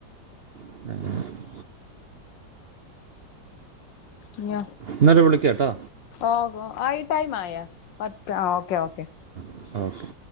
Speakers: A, on the right (about 70°); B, on the left (about 75°).
A: <inaudible>
B: ഞ്ഞ
A: എന്നാലും വിളിക്കാം കേട്ടോ
B: ഓഹ്‌ ആയി ടൈമായോ പത്ത് ആഹ് ഓക്കെ ഓക്കെ
A: ആഹ് ഓക്കെ